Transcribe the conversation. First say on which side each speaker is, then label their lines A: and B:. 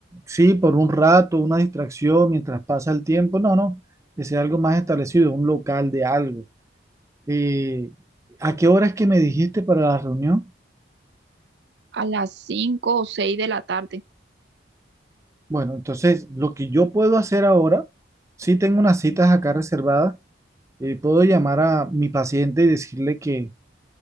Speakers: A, on the right; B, on the right.
A: sí, por un rato, una distracción mientras pasa el tiempo. No, no, que sea algo más establecido, un local de algo. Eh, ¿a qué hora es que me dijiste para la reunión?
B: a las 5 o 6 de la tarde.
A: Bueno, entonces lo que yo puedo hacer ahora, sí tengo unas citas acá reservadas, eh, puedo llamar a mi paciente y decirle que